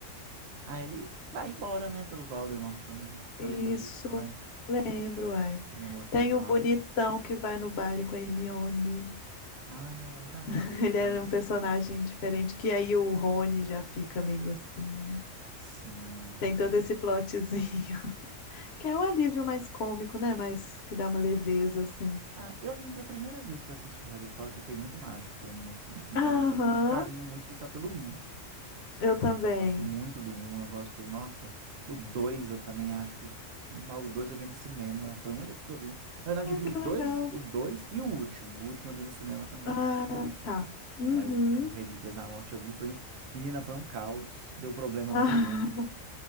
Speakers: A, on the right; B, on the left.
A: Aí ele vai embora, né, pelo Voldemort. Voldemort. Você
B: Isso,
A: lembra disso, né?
B: lembro, ai.
A: Ele é morto
B: Tem
A: pelo Voldemort.
B: o bonitão que vai no baile com a Hermione.
A: Ah, é verdade,
B: <laughs>
A: ele também.
B: Ele era um personagem diferente, que aí o Rony já fica meio assim, né?
A: Sim.
B: Tem todo esse plotzinho, <laughs> que é o alívio mais cômico, né? Mas que dá uma leveza, assim.
A: Ah, eu lembro a primeira vez que eu assisti Harry Potter foi muito mágico pra mim, assim. Então
B: Aham,
A: eu tenho um carinho muito especial pelo um,
B: eu
A: sabe?
B: também.
A: Eu gosto muito do um. eu gosto, nossa, o 2 eu também acho. Não, o 2 eu vi no cinema, foi o único que eu vi. Na verdade,
B: Ah,
A: eu vi
B: que
A: o dois,
B: legal.
A: o dois e o último. O último eu vi no cinema também.
B: Ah, tá. Uhum.
A: É, o último Relíquias da Morte eu vi foi. Menina, foi um caos, deu problema
B: Ah, <laughs>
A: no filme.